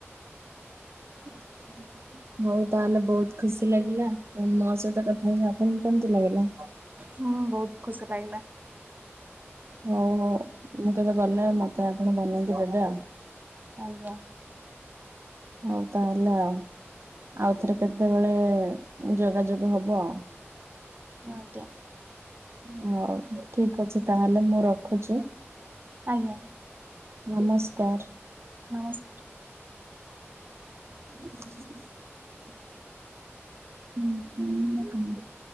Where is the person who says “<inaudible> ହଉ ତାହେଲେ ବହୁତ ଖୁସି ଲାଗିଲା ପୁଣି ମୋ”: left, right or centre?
Right